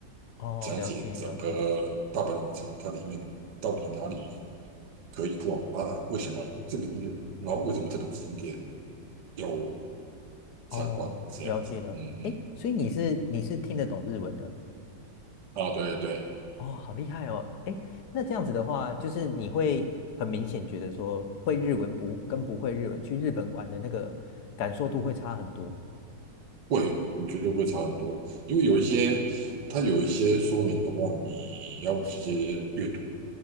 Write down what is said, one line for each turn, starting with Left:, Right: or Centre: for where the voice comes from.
Left: 哦，
Right: 讲解整个大阪的城，
Left: 了解了解。
Right: 它里面到底哪里可以逛啊？为什么这个地方，然后为什么这个景点？要？参观这样子，
Left: 哦，了解了解。
Right: 嗯嗯，
Left: 哎，所以你是你是听得懂日文的
Right: 啊，对对，
Left: 哦，好厉害哦。哎，那这样子的话，就是你会很明显觉得说，会日文不跟不会日文去日本玩的那个感受度会差很多吗？
Right: 会，你绝对会差很多，因为有一些它有一些说明的话，你要直接阅读，